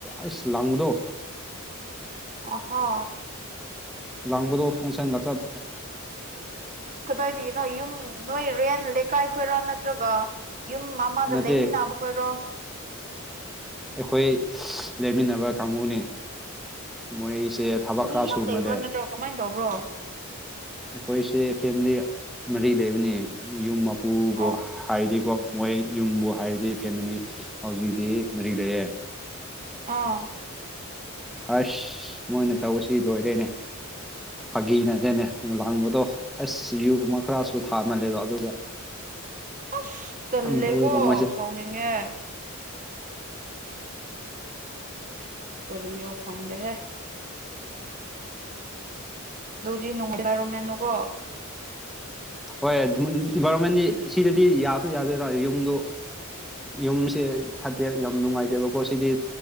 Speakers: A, in the centre; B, on the right.
A: ꯑꯁ ꯂꯥꯡꯕꯗꯣ꯫
B: ꯑꯣꯍꯣ꯫
A: ꯂꯥꯡꯕꯗꯣ ꯐꯪꯁꯟꯒ ꯆꯥꯞ
B: ꯀꯗꯥꯏꯗꯒꯤꯅꯣ ꯌꯨꯝ ꯅꯣꯏ ꯔꯦꯟ ꯂꯩꯀꯥꯏ ꯈꯣꯏꯔ ꯅꯠꯇ꯭ꯔꯒ ꯌꯨꯝ ꯑꯃꯥꯗ
A: ꯅꯠꯇꯦ
B: ꯂꯩꯃꯤꯟꯅꯕ ꯈꯣꯏꯔꯣ꯫
A: ꯑꯩꯈꯣꯏ ꯂꯩꯃꯤꯟꯅꯕ ꯀꯥꯡꯕꯨꯅꯤ ꯃꯣꯏꯁꯦ ꯊꯕꯛ
B: ꯃꯤ
A: ꯈꯔ
B: ꯌꯥꯝ
A: ꯁꯨ
B: ꯂꯩꯕ꯭ꯔꯣ
A: ꯃꯥꯜꯂꯦ
B: ꯅꯠꯇ꯭ꯔꯣ ꯀꯃꯥꯏꯅ ꯇꯧꯕ꯭ꯔꯣ꯫
A: ꯑꯩꯈꯣꯏꯁꯦ ꯐꯦꯃꯤꯂꯤ ꯃꯔꯤ ꯂꯩꯕꯅꯤ ꯌꯨꯝ ꯃꯄꯨꯕꯨ꯫
B: ꯑꯣ
A: ꯍꯥꯏꯔꯗꯤꯀꯣ ꯃꯣꯏ ꯌꯨꯝꯕꯨ ꯍꯥꯏꯔꯗꯤ ꯐꯦꯃꯤꯂꯤ ꯍꯧꯖꯤꯛꯇꯤ ꯃꯔꯤꯛ ꯂꯩꯌꯦ꯫
B: ꯑꯥ꯫
A: ꯑꯁ ꯃꯣꯏꯅ ꯇꯧꯁꯤ ꯂꯣꯏꯔꯦꯅꯦ ꯐꯥꯒꯤꯅꯗꯅꯦ ꯂꯥꯡꯕꯗꯣ꯫ ꯑꯁ ꯌꯨꯒꯨꯝꯕ ꯈꯔꯁꯨ ꯊꯥꯛꯃꯥꯜꯂꯦꯕ ꯑꯗꯨꯒ
B: ꯑꯁ ꯇꯜꯂꯦꯀꯣ
A: ꯌꯥꯝ ꯇꯧꯋꯦꯕ ꯃꯣꯏꯁꯦ
B: ꯁꯥꯎꯅꯤꯡꯉꯦ꯫ ꯀꯔꯤꯔ ꯈꯪꯗꯦꯍꯦ꯫ ꯑꯗꯨꯗꯤ ꯅꯨꯡꯉꯥꯏꯔꯝꯃꯣꯏ ꯏꯟꯚꯥꯏꯔꯣꯟꯃꯦꯟꯗꯨꯀꯣ꯫
A: ꯍꯣꯏ ꯏꯟꯚꯥꯏꯔꯣꯟꯃꯦꯟꯗꯤ ꯁꯤꯗꯗꯤ ꯌꯥꯁꯨ ꯌꯥꯗꯔꯦꯗ ꯌꯨꯝꯗꯨ ꯌꯨꯝꯁꯦ ꯐꯠꯇꯦ ꯌꯥꯝ ꯅꯨꯡꯉꯥꯏꯇꯦꯕꯀꯣ ꯁꯤꯗꯤ꯫